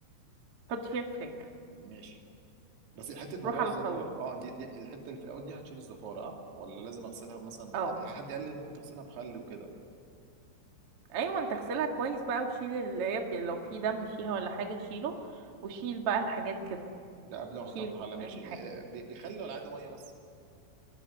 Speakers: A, on the right (about 45°); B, on the right (about 85°).
A: حط فيها فراخ
B: ماشي بس حته موضوع
A: روح على
B: الزفاره
A: الخلاط
B: اه دي, دي الحته اللي في الاول دي هتشيل الزفاره اه ولا لازم اغسلها مثلا
A: اهو
B: يعني حد قال لي ممكن تغسلها بخل وكده
A: ايوه انت اغسلها كويس بقى وشيل اللي هي بي- لو في دم فيها ولا حاجه شيله وشيل بقى الحاجات كده
B: ده قبل ما احطها
A: شيل
B: في الحله ماشي
A: اي حاجه
B: ب- بخل ولا عادي ميه بس